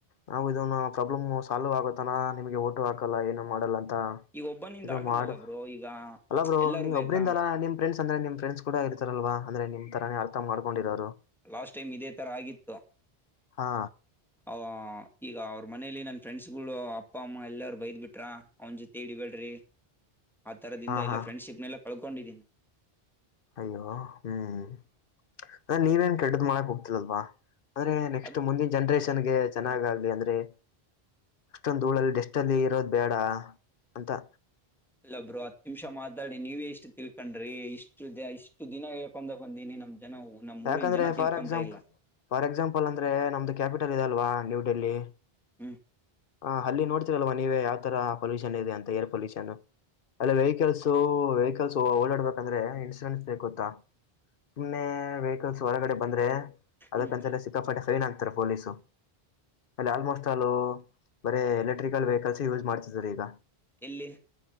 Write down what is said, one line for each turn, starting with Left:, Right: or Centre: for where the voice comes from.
Left: ನಾವು ಇದನ್ ಪ್ರಾಬ್ಲಮ್ ಸಾಲ್ವ್ ಆಗೋತ್ತನಾ ನಿಮ್ಗೆ ವೋಟು ಹಾಕಲ್ಲ ಏನು ಮಾಡಲ್ಲ ಅಂತ
Centre: ಈಗ ಒಬ್ಬನಿಂದ
Left: ಇದು
Centre: ಆಗಲ್ಲಲ್ಲ
Left: ಮಾಡ
Centre: ಬ್ರೋ ಈಗ
Left: ಅಲ್ಲ ಬ್ರೋ
Centre: ಎಲ್ಲಾರು
Left: ನೀವ
Centre: ಬೇಕಾ
Left: ಒಬ್ರಿಂದಲ್ಲ ನಿಮ ಫ್ರೇಂಡ್ಸ್ ಅಂದ್ರೆ ನಿಮ ಫ್ರೆಂಡ್ಸ ಕೂಡ ಇರ್ತಾರಲ್ವಾ ಅಂದ್ರೆ ನಿಮ್ಮ ತರಾನೇ ಅರ್ಥ ಮಾಡ್ಕೊಂಡಿರೋರು.
Centre: ಲಾಸ್ಟ್ ಟೈಮ್ ಇದೇ ತರ ಆಗಿತ್ತು.
Left: ಹಾ
Centre: ಅವ ಈಗ ಅವ್ರ ಮನೇಲಿ ನನ್ ಫ್ರೆಂಡ್ಸ್ ಗಳು ಅಪ್ಪ ಅಮ್ಮ ಎಲ್ಲಾರ ಬೈದ್ ಬಿಟ್ರಾ. ಅವ್ನ ಜೊತೆ ಇಡಿಬ್ಯಾಡ್ರಿ ಆ ತರದಿಂದ
Left: ಹಾ
Centre: ಎಲ್ಲಾ
Left: ಹಾ
Centre: ಫ್ರೆಂಡ್ಶಿಪ್ನಲ್ಲ ಕಳ್ಕೊಂಡಿದೀನಿ.
Left: ಅಯ್ಯೋ ಹ್ಮ್ ಅದ ನೀವೇನ್ ಕೆಟ್ಟ್ದ್ ಮಾಡಕ್ ಹೋಗ್ತಿಲ್ಲವಲ್ವಾ. ಅಂದ್ರೆ ನೆಕ್ಸ್ಟ್
Centre: ಅದ್
Left: ಮುಂದಿನ ಜನ್ರೇಷನ್ಗೆ ಚೆನ್ನಾಗ್ ಆಗ್ಲಿ ಅಂದ್ರೆ ಅಷ್ಟೊಂದು ಧೂಳಲ್ಲಿ ಡೇಷ್ಟಲ್ಲಿ ಇರೋದ ಬೇಡ ಅಂತಾ
Centre: ಇಲ್ಲಾ ಬ್ರೋ ಹತ್ ನಿಮ್ಶಾ ಮಾತಾಡಿ ನೀವೇ ಇಷ್ಟು ತಿಳ್ಕೊಂಡ್ರಿ ಇಷ್ಟು ದ ಇಷ್ಟು ದಿನ ಹೇಳ್ಕೊಂಡ ಬಂದಿನಿ ನಮ್ ಜನ ಹ ನಮ್ಮ್
Left: ಯಾಕಂದ್ರೆ
Centre: ಊರಿನ್ ಜನ ತಿಳ್ಕೊಂತಾ
Left: ಫಾರ್ ಎಕ್ಸಾಂಪಲ್
Centre: ಇಲ್ಲ.
Left: ಫಾರ್ ಎಕ್ಸಾಂಪಲ್ ಅಂದ್ರೆ ನಮ್ದು ಕ್ಯಾಪಿಟಲ್ ಇದೆ ಅಲ್ವಾ ನ್ಯೂ ಡೆಲ್ಲಿ
Centre: ಹ್ಮ
Left: ಹ ಅಲ್ಲಿ ನೋಡ್ತೀರಲ್ವ ನೀವೇ ಯಾವ ತರ ಪೊಲ್ಯೂಷನ್ ಇದೆ ಅಂತ ಏರ್ ಪೊಲ್ಯೂಷನ್. ಅಲ್ಲ ವೆಹಿಕಲ್ಸ್ ವೆಹಿಕಲ್ಸ್ ಓಡಾಡ್ಬೇಕಂದ್ರೆ ಇನ್ಸೂರೆನ್ಸ್ ಬೇಕ ಗೊತ್ತಾ? ಸುಮ್ನೆ ವೆಹಿಕಲ್ಸ್ ಹೋರಗಡೆ ಬಂದ್ರೆ ಅದಕ್ಕಂತಲೆ
Centre: ಹ್ಮ್
Left: ಸಿಕ್ಕಾಪಟ್ಟೆ ಫೈನ್ ಹಾಕ್ತಾರೆ ಪೊಲೀಸು. ಅಲ್ಲಿ ಆಲ್ಮೋಸ್ಟ್ ಆಲೂ ಬರೇ ಎಲೆಕ್ಟ್ರಿಕಲ್ ವೆಹಿಕಲ್ಸ್ ಯೂಸ್ ಮಾಡ್ತಿದಾರ ಈಗ.
Centre: ಎಲ್ಲಿ